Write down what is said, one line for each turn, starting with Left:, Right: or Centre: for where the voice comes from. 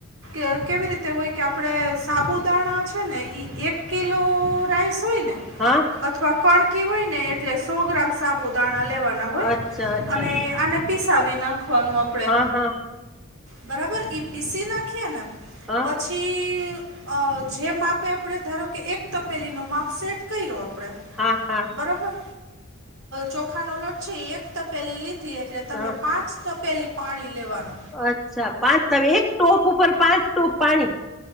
Right: એ કેવી રીતે હોય કે, આપણે સાબુદાણા છે ને, એ એક કિલો રાઈસ હોય ને.
Centre: હા.
Right: અથવા કણકી હોય ને, એટલે સો ગ્રામ સાબુદાણા લેવાનું.
Centre: અચ્છા અચ્છા
Right: આ પીસાવી નાખવાનું આપણેે.
Centre: હા હા
Right: બરાબર, ઈ પીસી નાખીએ ને
Centre: હા
Right: પછી પછી જે માપે, આપણે ધારો કે, એક તપેલીનું માપ સેટ કરી લો આપણે.
Centre: હા, હા.
Right: બરોબર ચોખાનો લોટ છે, એક તો પેલી લીધી, એટલે તમે
Centre: હા
Right: પાંચ તપેલી પાણી લેવાનુ.
Centre: અચ્છા, પાંચ તમે એક ટોપ ઉપર, પાંચ ટોપ પાણી.